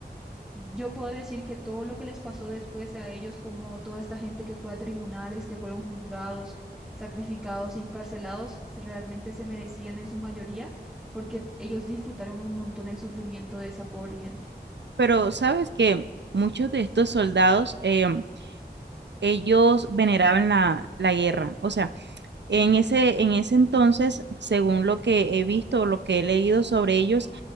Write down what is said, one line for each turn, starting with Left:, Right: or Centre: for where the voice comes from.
Centre: Yo puedo decir que todo lo que les pasó después a ellos, como toda esta gente que fue a tribunales, que fueron juzgados, sacrificados y encarcelados, se- realmente se merecían en su mayoría porque ellos disfrutaron un montón el sufrimiento de esa pobre gente.
Right: Pero sabes que muchos de estos soldados, em, ellos veneraban la, la guerra. O sea,
Centre: Sí,
Right: En ese, en ese entonces, según lo que he visto, lo que he leído sobre ellos,